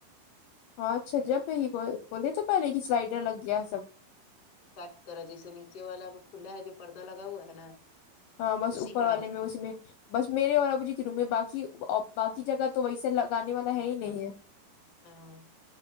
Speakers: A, on the left (about 75°); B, on the left (about 40°).
A: ہاں چھجا پہ ہی بول بولے تو پہلے کی سلائڈر لگ گیا ہے سب
B: پیکٹر ہے جیسے نیچے والا وہ کھلا ہے جو پردہ لگا ہوا ہے نا
A: ہاں بس
B: اسی
A: اوپر
B: کا
A: والے میں اس میں بس میرے اور ابو جی کی روم میں باقی باقی جگہ تو ویسے لگانے والا ہے ہی نہیں ہے
B: ہاں